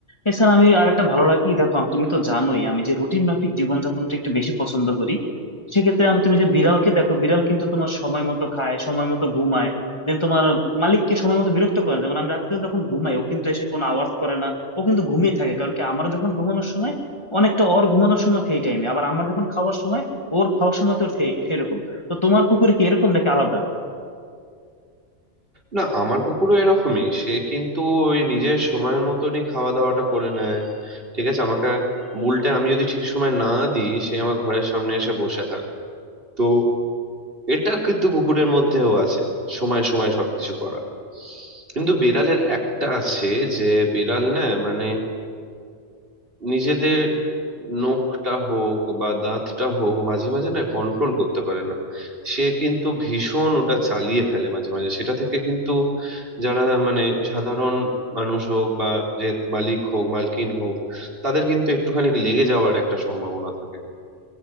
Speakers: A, on the left; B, on the right.
A: এছাড়া আমি আর একটা ভালো রাখি দেখো আম- তুমি তো জানোই আমি যে রুটিন মাফিক জীবনযাপনটা একটু বেশি পছন্দ করি সেক্ষেত্রে আমি তুমি যে বিড়ালকে দেখো বিড়াল কিন্তু তোমার সময় মতো খায় সময় মতো ঘুমায় দেন তোমার মালিককে সময় মতো বিরক্ত করে না। যেমন আমি রাত্রে যখন ঘুমাই ও কিন্তু এসে কোনো আওয়াজ করে না ও কিন্তু ঘুমিয়ে থাকে কারণ কি আমারও যখন ঘুমানোর সময় অনেকটা ওর ঘুমানোর সময় সেই টাইমে আবার আমার যখন খাওয়ার সময় ওর খাওয়ার সময় তো সেই সেরকম তো তোমার কুকুর কি এরকম নাকি আলাদা
B: না আমার কুকুরও এরকমই সে কিন্তু ওই নিজের সময়ের মতনই খাওয়া দাওয়াটা করে নেয় ঠিক আছে আমাকে উল্টে আমি যদি ঠিক সময় না দিই সে আমার ঘরের সামনে এসে বসে থাকবে তো এটা কিন্তু কুকুরের মধ্যেও আছে সময় সময় সবকিছু করা কিন্তু বিড়ালের একটা আছে যে বিড়াল না মানে নিজেদের নখটা হোক বা দাঁতটা হোক মাঝে মাঝে না কন্ট্রোল করতে পারে না সে কিন্তু ভীষণ ওটা চালিয়ে ফেলে মাঝে মাঝে সেটা থেকে কিন্তু যারা মানে সাধারণ মানুষ হোক বা যে মালিক হোক মালকিন হোক তাদের কিন্তু একটুখানি লেগে যাওয়ার একটা সম্ভাবনা থাকে